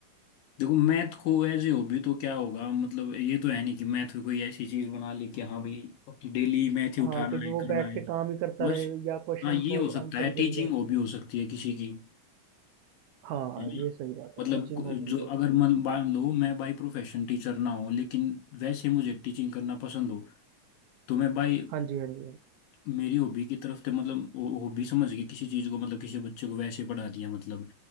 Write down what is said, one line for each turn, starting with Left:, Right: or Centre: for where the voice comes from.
Left: देखो मैथ को ऐसे हॉबी तो क्या होगा मतलब ये तो है नहीं कि मैथ को कोई ऐसी चीज बना ली कि हाँ भाई डेली मैथ ही उठाना
Right: हाँ कि
Left: है
Right: वो
Left: करना
Right: बैठ
Left: है
Right: के काम ही करता
Left: बस
Right: रहे या क्वेश्चन
Left: हाँ ये
Right: सॉल्व
Left: हो सकता
Right: आंसर
Left: है
Right: ही
Left: टीचिंग
Right: करी जाए
Left: हॉबी हो सकती है किसी की
Right: हाँ हाँ,
Left: है ना
Right: ये सही बात है
Left: मतलब
Right: टीचिंग
Left: को-
Right: हॉबी
Left: जो
Right: हो सकती
Left: अगर
Right: है
Left: मन मान लो मैं बाई प्रोफेशन टीचर ना हूँ लेकिन वैसे मुझे टीचिंग करना पसंद हो तो मैं भाई
Right: हाँ जी हाँ जी
Left: मेरी हॉबी की तरफ से मतलब हॉबी समझ के किसी चीज को मतलब किसी बच्चे को वैसे पढ़ा दिया मतलब